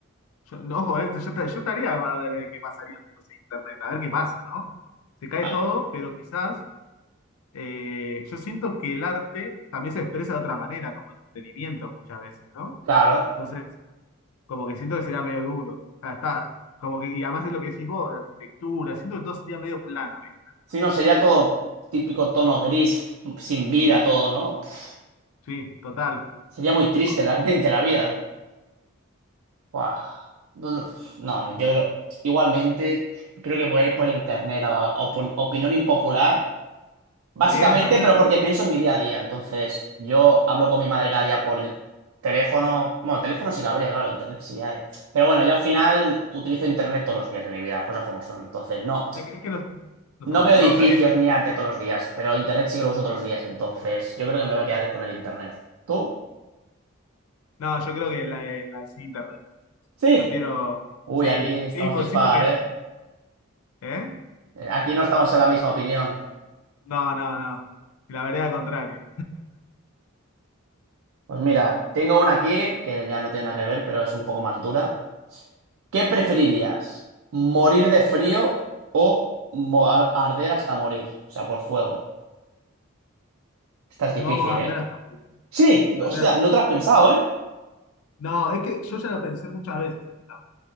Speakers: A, on the left; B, on the right.
A: Yo, no, ojo, ¿eh? Yo, ta- yo estaría para ver eh, qué pasaría en el mundo sin internet, a ver qué pasa, ¿no? Se cae
B: Ah,
A: todo, pero quizás eh, yo siento que el arte también se expresa de otra manera, como entretenimiento muchas veces, ¿no?
B: claro.
A: Entonces, como que siento que sería medio duro. O sea, está, como que, y además es lo que decís vos, de arquitectura, siento que todo sería medio plano, ¿viste?
B: Si no, sería todo típico tono gris, f- sin vida, todo, ¿no? Pf,
A: Sí, total.
B: Sería muy triste
A: Co-
B: realmente la vida. Buah. No, no, no, no, yo lo- igualmente creo que me voy a ir por internet. a- a opin- opinión impopular. Básicamente,
A: Está bien, está bien.
B: pero porque pienso en mi día a día. Entonces, yo hablo con mi madre cada día por teléfono. Bueno, teléfono sí que habría, claro, internet sí que hay. Pero bueno, yo al final utilizo internet todos los días de mi vida, las cosas como son. Entonces, no,
A: Es que, es que nos, nos
B: no
A: acostumbramos
B: veo edificios
A: a eso
B: ni arte todos los días, pero internet sí que lo uso todos los días. Entonces, yo creo que me voy a quedar con el internet. ¿Tú?
A: No, yo creo que la, de- la de sin internet.
B: Sí.
A: Prefiero,
B: Uy,
A: sí,
B: aquí estamos
A: sí, porque
B: dispar,
A: siento que,
B: ¿eh?
A: ¿eh?
B: Eh, Aquí no estamos en la misma opinión.
A: No, no, no. La vereda contraria.
B: Pues mira, tengo una aquí que ya no tiene nada que ver, pero es un poco más dura. ¿Qué preferirías? ¿Morir de frío o mo- ar- arder hasta morir? O sea, por fuego. Esta es difícil,
A: No, arder
B: ¿eh?
A: hasta morir.
B: Sí, hostia,
A: Arder hasta
B: no te la has pensado,
A: morir.
B: ¿eh?
A: No, es que yo ya lo pensé muchas veces. esta.